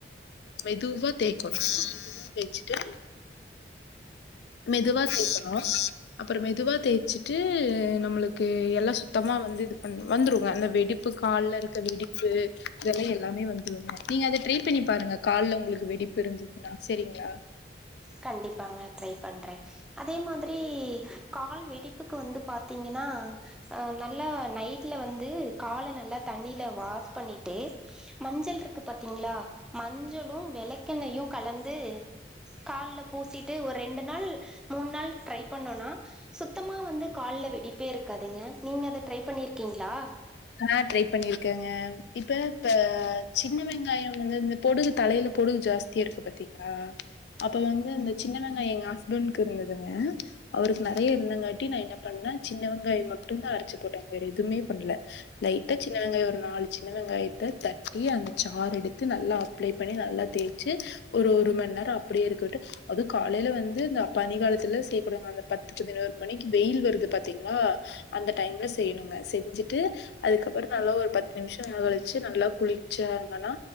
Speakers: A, on the left (about 75°); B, in the centre.
A: மெதுவா தேய்க்கணோ மெதுவா தேச்சுட்டு மெதுவா தேக்கணோ அப்றம் மெதுவா தேச்சிட்டு நம்ளுக்கு எல்லா சுத்தமா வந்து இது பண்ணு வந்ரும் வ அந்த வெடிப் இப்ப கால்ல இருக்க வெடிப்பு இதெல்லா எல்லாமே வந்துறுங்க நீங்க அத ட்ரை பண்ணி பாருங்க கால்ல உங்ளுக்கு வெடிப்பு இருந்துதுன்னா சரிங்ளா
B: கண்டிப்பாங்க ட்ரை பண்றே அதே மாதிரி கால் வெடிப்புக்கு வந்து பாத்தீங்கனா அ நல்லா நைட்ல வந்து கால நல்லா தண்ணீல வாஸ் பண்ணிட்டு மஞ்சள் இருக்கு பாத்தீங்ளா மஞ்சளும் வெளக்கெண்ணையு கலந்தூ கால்ல பூசிட்டு ஒரு ரெண்டு நாள் மூண் நாள் ட்ரை பண்ணோன்னா சுத்தமா வந்து கால்ல வெடிப்பே இருக்காதுங்க நீங்க அத ட்ரை பண்ணிருக்கீங்ளா
A: ஆ ட்ரை பண்ணியிருக்கேங்க இப்ப இப்ப சின்ன வெங்காயோ வந்து இந்த பொடுகு தலையில பொடுகு ஜாஸ் த்தி இருக்கு பாத்தீங்ளா அப்ப வந்து இந்த சின்ன வெங்காய எங்க ஹஸ்பண்ட்கு இருந்துதுங்க அவுருக்கு நறைய இருனங்காட்டி நா என்ன பண்ணே சின்ன வெங்காய மட்டுந் தா அரச்சு போட்டே வேற எதுமே பண்ல லைட்டா சின்ன வெங்காயோ ஒரு நாலு சின்ன வெங்காயத்த தட்டி அந்த சார் எடுத்து நல்லா அப் அப்ளே பண்ணி நல்லா தேச்சு ஒரு ஒரு மண் நேரோ அப்டியே இருக்கட்டு அது காலையில வந்து இந்த பனி காலத்துல செய்யக்கூடாத்ங்க அந்த பத்து பதினோரு மணிக்கு வெயில் வருது பாத்தீங்ளா அந்த டைம்ல செய்ணுங்க செஞ்சுட்டு அதுக்கப்ற நல்லா ஒரு பத்து நிமிஷ நே கழிச்சு நல்லா குளிச்சாங்கனா